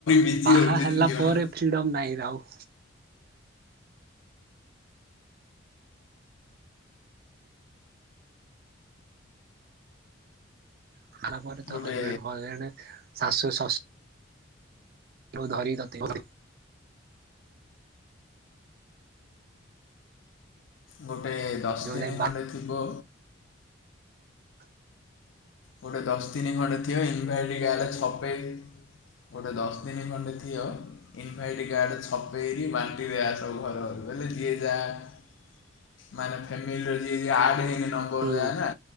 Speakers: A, on the left; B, on the right.
A: ବିଜି
B: ବାହା
A: ରହୁଛି
B: ହେଲା
A: ଦି ଜଣ
B: ପରେ ଫ୍ରିଡମ୍ ନାହିଁରେ ଆଉ ବାହାହେଲା ପରେ ତ
A: ଗୋଟେ
B: ହଜବେଣ୍ଡ ହଜବେଣ୍ଡ ଶାଶୁ ଶ ଅସ୍ ଧରି ତତେ <unintelligible>
A: ଗୋ ଗୋଟେ ଦଶ
B: ଯୋଉ
A: ଦିନି
B: ଯାଏ ବା
A: ଖଣ୍ଡେ ଥିବ ଗୋଟେ ଦଶ ଦିନି ଖଣ୍ଡେ ଥିବ ଇନଭାଇଟ୍ କାର୍ଡ ଛପ୍ ଗୋଟେ ଦଶ ଦିନ ଖଣ୍ଡେ ଥିବ ଇନଭାଇଟ୍ କାର୍ଡ ଛପେଇରି ବାଣ୍ଟିବେ ଆସ ଘର ଘର ବେଲେ ଯିଏ ଯାହା ମାନେ ଫ୍ୟାମିଲି ରେ ଯିଏ ଯିଏ ଆଡ୍ ହେଇନାହିଁ <unintelligible>
B: ହୁଁ।
A: ଯାଏନା